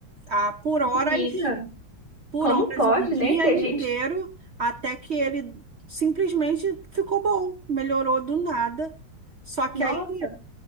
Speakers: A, on the right; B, on the right.
A: ah, por horas
B: Menina.
A: por
B: Como
A: horas,
B: pode,
A: um dia
B: né, ter
A: inteiro,
B: gente.
A: até que ele simplesmente ficou bom, melhorou do nada. Só que
B: Nossa,
A: aí